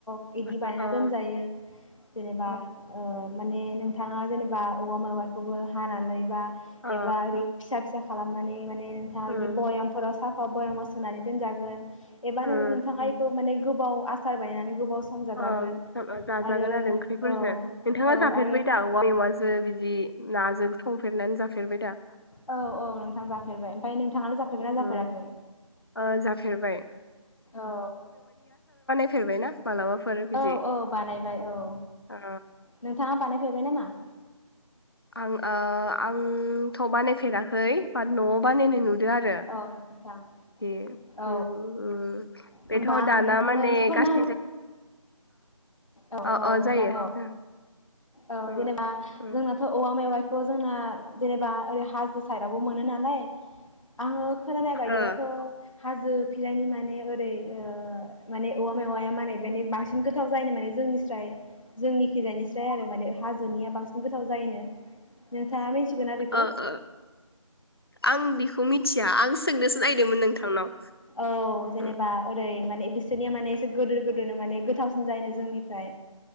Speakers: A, on the left; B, on the left.
A: <unintelligible> इदि बायना
B: ओं ओ
A: दोनजायो जेनेबा अ माने नोंथाङा जेनेबा औवा मेवायखौबो हानानै बा एबा
B: ओ
A: ओरै फिसा फिसा खालामनानै माने नोंथाङा
B: उम
A: इदि बयामफोराव <unintelligible> साफा बयामाव सोनानै दोनजागोन। एबा
B: उम
A: नों नोंथाङा एखौ माने गोबाव आसार बायनानै गोबावस सम जाजागोन
B: ओं जा- जाजागोन
A: आरो
B: ओंख्रिफोरजों
A: औ
B: नोंथाङा
A: औ
B: जाफेरबाय
A: आरो
B: दा औवा मेवाजो बिदि नाजों संफेरनानै जाफेरबाय दा?
A: औ औ नोंथां जाफेरबाय ओमफाय नोंथाङालाय जाफेरबायना
B: उम,
A: जाफेराखै
B: ओ जाफेरबाय
A: औ
B: फेरबाय ना? मालाबाफोर बिदि
A: औ औ बानायबाय औ
B: ओ
A: नोंथाङा बानायफेरबाय नामा? <inaudible>
B: आं ओ आं थ' बानायफेराखै बाट न'आव बानायनाय नुद आरो
A: औ नोंथां
B: दि
A: औ
B: उ उम
A: होमबा
B: बेथ'
A: आं
B: दाना
A: नोंथांनो
B: माने
A: एसे फोरमाय
B: गा अ <unintelligible>
A: औ
B: अ
A: औ
B: अ
A: नोंथां
B: जायो
A: औ
B: उम
A: औ
B: उम
A: जेनेबा
B: उम
A: जोंनाथ थ' औवा मेवाइखौ जोंना जेनेबा ओरै हाजो साइदआवबो मोनो नालाय आङो खोनानाय बायदिबाथ'
B: ओ
A: हाजो <unintelligible> नि माने ओरै ओ माने औवा मेवाया माने बेनि बांसिन गोथाव जायनो माने जोंनि स्राय जोंनि खैजानि स्राय ओमफ्राय आरो माने हाजोनिया बांसिन गोथाव जायोनो नोंथांङा मिथिगौना बेखौ
B: ओ ओ आं बेखौ मिथिया आं सोंनोसो नायदोंमोन नोंथांनाव
A: औ जेनेबा
B: उम
A: ओरै माने बिसोरनिया माने एसे गोदोर गोदोरनो माने गोथावसिन जायो जोंनिफ्राय